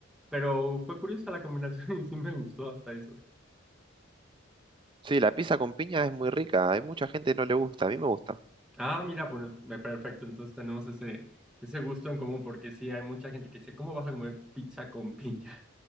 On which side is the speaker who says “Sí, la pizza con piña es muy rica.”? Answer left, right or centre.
Right